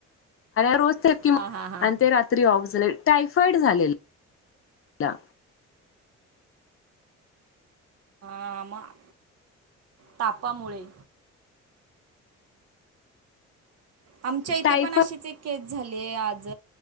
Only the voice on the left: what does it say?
रोज
आणि ते रात्री ऑफ झाले टायफॉड झालेला. ला
टायफॉइड